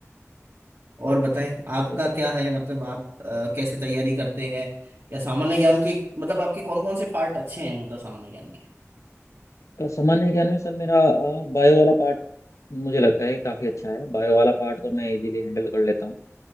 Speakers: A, on the right; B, on the left.
A: और बताएं
B: बिल्कुल
A: आपका क्या
B: ये
A: है मतलब आप अ, कैसे तैयारी करते हैं या सामान्य ज्ञान की मतलब आपके कौन कौन से पार्ट अच्छे हैं मतलब सामान्य ज्ञान के
B: तो सामान्य ज्ञान में सर मेरा बायो वाला पार्ट मुझे लगता है काफ़ी अच्छा है बायो वाला पार्ट तो मैं इजीली हैंडल कर लेता हूँ